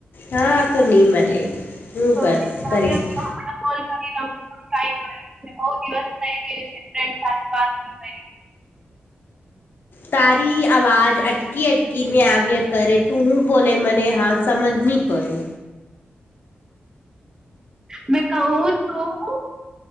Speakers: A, on the left; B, on the right.
A: હા તો નની મળે, હું
B: તો વિચાર્યું
A: કરી શક
B: કે હમણાં કોલ કરી ટાઈમ મળ્યો બહુ દિવસ થઈ ગયો છે ફ્રેન્ડ સાથે વાત કરી.
A: તારી અવાજ અટકી અટકીને આવ્ય કરે તું હું બોલે મને હા સમજ નહીં પડે.
B: મે કહું છું